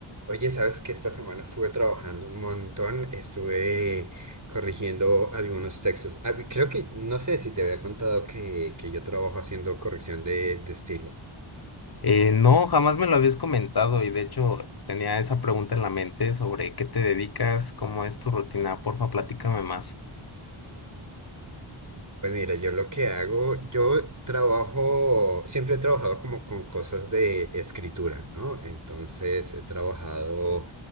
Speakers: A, on the right; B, on the left.
A: Oye, sabes que esta semana estuve trabajando un montón, estuve corrigiendo algunos textos. Ah, y creo que, no sé si te había contado que, que yo trabajo haciendo corrección de, de estilo.
B: Eh, no, jamás me lo habías comentado y de hecho tenía esa pregunta en la mente sobre qué te dedicas, cómo es tu rutina, porfa, platícame más.
A: Pues mira, yo lo que hago, yo trabajo, siempre he trabajado como con cosas de escritura, ¿no? Entonces he trabajado